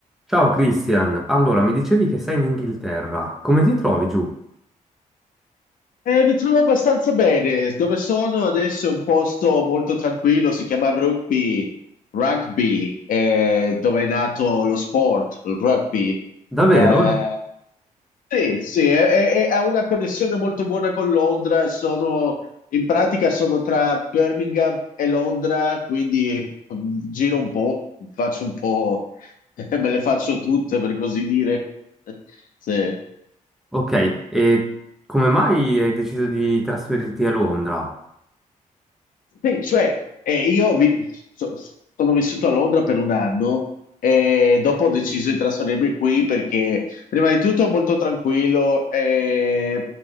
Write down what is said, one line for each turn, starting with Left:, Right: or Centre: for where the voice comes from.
Centre: Ciao Christian, allora mi dicevi che sei in Inghilterra, come ti trovi giù?
Left: Eh, mi trovo abbastanza bene. Dove sono adesso è un posto molto tranquillo, si chiama Rugby, Rugby, eh, dove è nato lo sport, il rugby.
Centre: Davvero?
Left: Eh, sì, sì, è- è- è- ha una connessione molto buona con Londra. Sono, in pratica sono tra Birmingham e Londra, quindi mm, giro un po', faccio un po', <laughs> me le faccio tutte per così dire. <laughs> Sì.
Centre: Ok, e come mai hai deciso di trasferirti a Londra?
Left: Sì, cioè, eh, io vi- so- sono vissuto a Londra per un anno e dopo ho deciso di trasferirmi qui perché prima di tutto è molto tranquillo. eh,